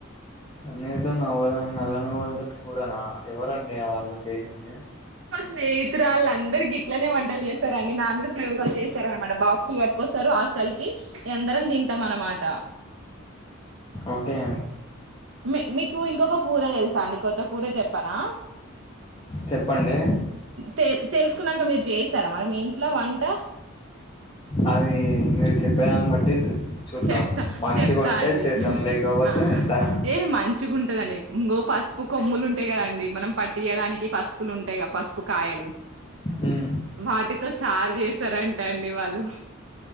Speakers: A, on the left; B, on the right.
A: పన్నీర్తో నవ్వల నల్లనువ్వుల్తో కూరనా ఎవరండి ఆ వాళ్ళు చేసింది
B: మా స్నేహితురాళ్ళు అందరు గిట్లనే వంటలు చేస్సారండి నా మీద ప్రయోగాలు చేస్సారనమాట బాక్సులు వట్టుకొస్తారు హాస్టల్ కి ఎందరం తింటాం అనమాట.
A: ఓకే
B: మీ మీకు ఇంకొక కూర తెలుసా అండి కొత్త కూర చెప్పనా
A: చెప్పండి
B: తెల్ తెల్స్ కున్నాంక మీరు జేస్సార మరి మీ ఇంట్లో వంట
A: అరే మీరు చెప్పేదాన్ని బట్టి చూద్దాం
B: చెప్తా
A: మంచిగుంటే
B: చెప్తా అండి
A: చేద్దాం, లేకపోతే
B: ఆ
A: దా
B: ఏ మంచిగా ఉంటదండి ఇంగో పసుపు కొమ్ములు ఉంటాయి కదండి మనం పట్టియడానికి పసుపులు ఉంటాయిగ పసుపు కాయలు
A: మ్మ్.
B: వాటి తో చార్ జేస్సరంటండి వాళ్ళు